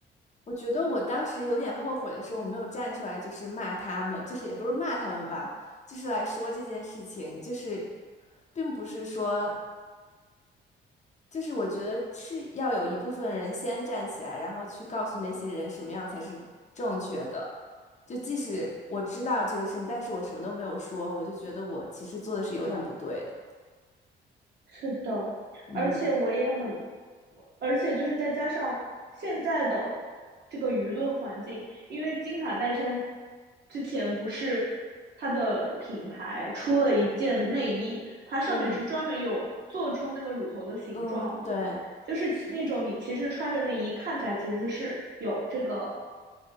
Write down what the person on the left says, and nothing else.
我觉得我当时有点后悔的是，我没有站出来，就是骂他们，就是也不是骂他们吧，就是来说这件事情，就是并不是说。就是我觉得是要有一部分人先站起来，然后去告诉那些人什么样才是正确的。就即使我知道这个事情，但是我什么都没有说，我就觉得我其实做的是有点不对的。
嗯
嗯，嗯，对，